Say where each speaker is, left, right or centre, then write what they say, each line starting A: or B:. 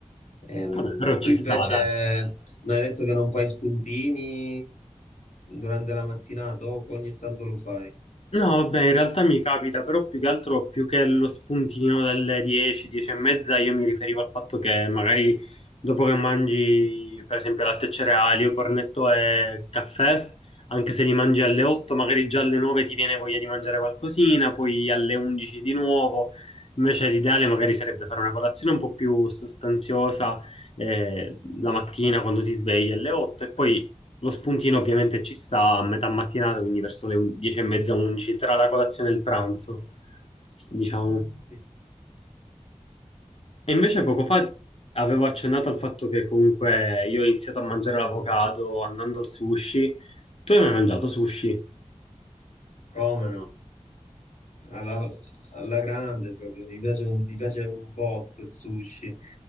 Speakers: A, on the left; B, on the left.
A: Ehm,
B: Vabbè, però ci
A: tu invece
B: sta, dai.
A: mi hai detto che non fai spuntini durante la mattinata o ogni tanto lo fai?
B: No, vabbè, in realtà mi capita, però più che altro, più che lo spuntino delle 10, 10 e mezza, io mi riferivo al fatto che magari dopo che mangi, per esempio, latte e cereali o cornetto e caffè, anche se li mangi alle 8, magari già alle 9 ti viene voglia di mangiare qualcosina, poi alle 11 di nuovo. Invece l'ideale magari sarebbe fare una colazione un po' più sostanziosa eh, la mattina quando ti svegli alle 8 e poi lo spuntino ovviamente ci sta a metà mattinata, quindi verso le un- 10 e mezza, 11, tra la colazione e il pranzo, diciamo.
A: Sì.
B: E invece
A: Sì,
B: poco
A: sì.
B: fa avevo accennato al fatto che comunque io ho iniziato a mangiare l'avocado andando al sushi. Tu hai mai mangiato sushi?
A: Come no? alla, alla grande proprio, mi piace, un- mi piace un botto il sushi.